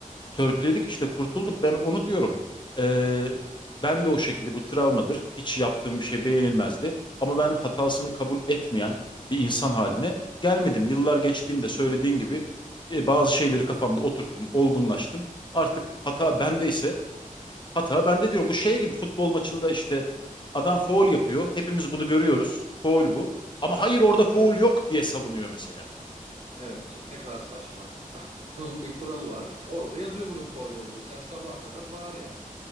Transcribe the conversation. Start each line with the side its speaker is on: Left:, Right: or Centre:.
Left: törpüledik işte kurtulduk. Ben onu diyorum. Ee, ben de o şekilde bu travmadır. Hiç yaptığım bir şey beğenilmezdi. Ama ben hatasını kabul etmeyen bir insan haline gelmedim. Yıllar geçtiğinde söylediğin gibi e, bazı şeyleri kafamda oturttum, olgunlaştım. Artık hata bendeyse hata bende diyorum. Bu şey gibi futbol maçında işte adam faul yapıyor. Hepimiz bunu görüyoruz. Faul bu. Ama hayır orada faul
Right: Evet.
Left: yok diye savunuyor mesela.
Right: Evet. Ne kadar saçma. <laughs> Bunun bir kuralı var. Orada yazıyor bunun faul olduğu. Sen sabaha kadar bağır yani.